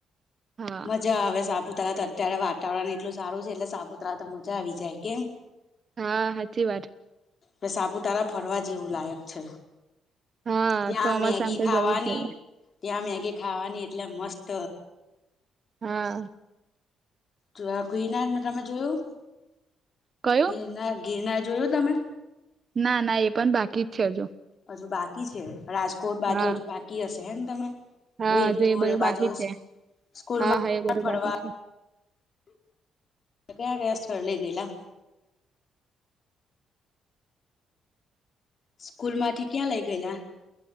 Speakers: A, on the right (about 45°); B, on the left (about 45°).
A: હા
B: મજા આવે સાપુતારા તો અત્યારે વાતાવરણ એટલું સારું છે એટલે સાપુતારા તો મજા આવી જાય કેમ
A: હા સાચી વાત
B: કે સાપુતારા ફરવા જેવું લાયક છે
A: હા
B: ત્યાં
A: ચોમાસામાં
B: મેગી
A: તો
B: ખાવાની
A: જવું જ જોઈએ
B: ત્યાં મેગી ખાવાની એટલે મસ્ત
A: હા
B: જો ગિરનાર ને તમે જોયું
A: કયું
B: ગિરનાર ગિરનાર જોયું તમે
A: ના ના એ પણ બાકી જ છે હજુ
B: હજુ બાકી છે રાજકોટ બાજુ
A: હા
B: હજુ બાકી હશે હેને તમે
A: હા
B: વીરપુર
A: હજુ બધું
B: એ બાજુ
A: બાકી છે
B: સ્કૂલમાં
A: હા હા એ બધું
B: ફરવા
A: બાકી છે
B: કયા કયા સ્થળ લઈ ગયેલા સ્કૂલ માંથી ક્યાં લઇ ગયેલા